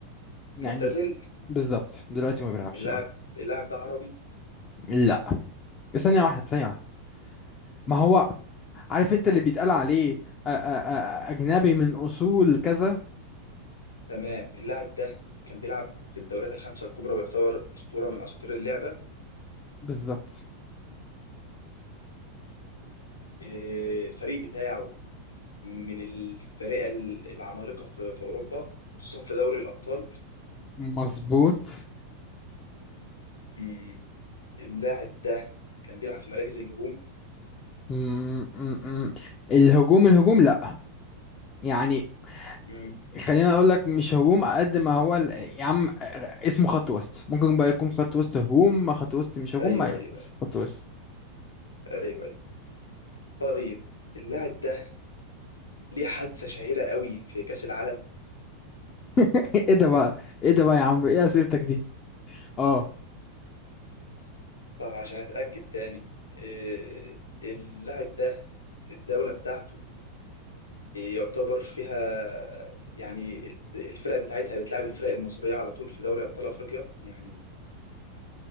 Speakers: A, on the left; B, on the left.
A: يعني
B: معتزل
A: بالظبط دلوقتي ما بيلعبش
B: اللاعب
A: اه
B: اللاعب ده عربي
A: لا ثانية واحدة ثانية واحدة ما هو عارف انت اللي بيتقال عليه أ- أ- أ- اجنبي من اصول كذا
B: تمام اللاعب ده كان بيلعب في الدوريات الخمسة الكبرى ويعتبر أسطورة من أساطير اللعبة
A: بالظبط
B: إيه، الفريق بتاعه من الفرق ال- العمالقة في في أوروبا خصوصا في دوري الأبطال
A: مظبوط
B: مم. اللاعب ده كان بيلعب في مراكز الهجوم
A: م- م- م. الهجوم الهجوم لا يعني
B: مم.
A: خلينا اقول لك مش هجوم قد ما هو ال... يا عم اسمه خط وسط ممكن بقى يكون خط وسط هجوم خط وسط مش هجوم
B: أيوه
A: ما يعني
B: أيوه
A: بس
B: أيوه
A: خط وسط
B: أيوه أيوه طيب اللاعب ده ليه حادثة شهيرة قوي في كأس العالم
A: <laughs> ايه ده بقى ايه ده بقى يا عم ايه اسئلتك دي اه
B: طب عشان أتأكد تاني إيه، اللاعب ده الدولة بتاعته يعتبر فيها يعني الفرق بتاعتها بتلعب الفرق المصرية على طول في دوري أبطال أفريقيا يعني